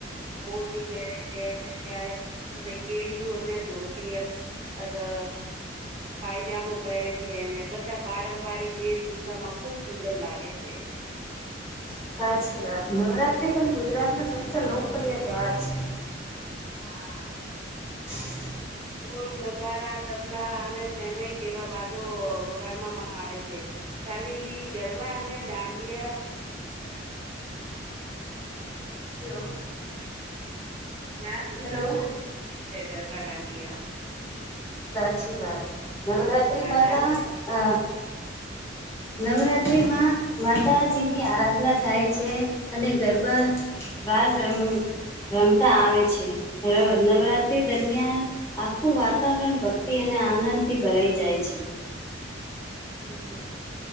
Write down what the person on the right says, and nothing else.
ઓઢણી પહેરે છે. ત્યારેને કેળિયું અને ધોતીયળ અદઓ પાયજામો પહેરે છે અને બધા પારંપરિક વેશભૂષામાં ખુબ સુંદર લાગે છે.
હા!
કોલ નગારા તબલા અને સેનાઈ જેવા વાદો વગાડવામાં આવે છે ખાલી ગરબા અને દાંડિયા
તર
પાટડયા
દાંડિયા
હમ